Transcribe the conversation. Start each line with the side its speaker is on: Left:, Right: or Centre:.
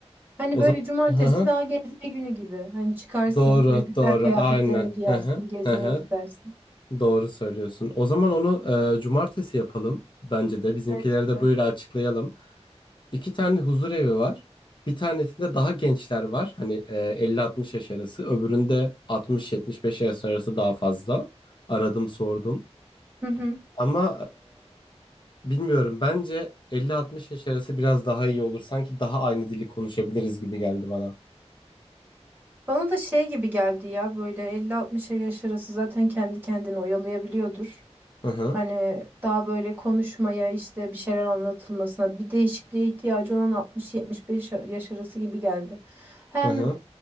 Right: Hani
Left: O
Right: böyle
Left: zaman
Right: cumartesi
Left: hı hı,
Right: daha gezme günü gibi. Hani çıkarsın
Left: doğru
Right: böyle güzel
Left: doğru
Right: kıyafetlerini
Left: aynen.
Right: giyersin,
Left: Hı hı,
Right: gezmeye
Left: hı hı,
Right: gidersin.
Left: doğru söylüyorsun. O zaman onu e, cumartesi yapalım bence de. Bizimkileri
Right: Bence
Left: de
Right: de.
Left: böyle açıklayalım. İki tane huzur evi var. Bir tanesinde daha gençler var. Hani e, 50-60 yaş arası. Öbüründe 60-75 yaş arası daha fazla. Aradım sordum.
Right: Hı hı.
Left: Ama e, bilmiyorum bence elli 60 yaş arası biraz daha iyi olur. Sanki daha aynı dili konuşabiliriz gibi geldi bana.
Right: Bana da şey gibi geldi ya böyle elli 60a yaş arası zaten kendi kendini oyalayabiliyordur.
Left: Hı hı.
Right: Hani daha böyle konuşmaya işte bir şeyler anlatılmasına bir değişikliğe ihtiyacı olan altmış yetmiş beş yaş arası gibi geldi. Hem
Left: Hı hı.